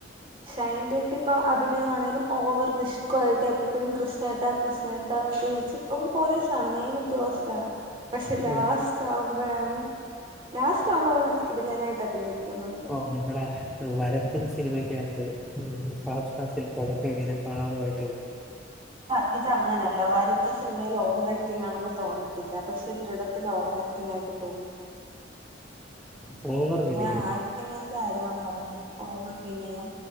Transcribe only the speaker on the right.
ഷൈന്റൊക്കൊര് ഇപ്പം അഭിനയാണേലും ഓവർ നിഷ്കൊ ആയിട്ട് എപ്പഴും കൃഷ്ണേട്ട കൃഷ്ണേട്ട എന്നൊക്കെ വിള്ച്ച് പോലീസാണ് മെയിൻ ഉദ്യോഗസ്ഥനാണ് പക്ഷെ
ലാസ്റ്റാവുമ്പഴാണ് ലാസ്റ്റ് ആവുമ്പ നല്ല ക്കിടിലനായിട്ട് അഭിനയിക്കുന്നുണ്ട്
ആഹ് ഇത അങ്ങനെയല്ല വര സിനിമയിൽ ഓവറാക്ടിംഗാണെന്ന് തോന്നത്തില്ല പക്ഷെ ദൃഢത്തിൽ ഓവറാക്ടിങായിട്ട് തോന്നും
ഞാൻ ആക്ടിങ്ങിന്റെ കാര്യാണ് പറഞ്ഞെ ഓവർ വിനയം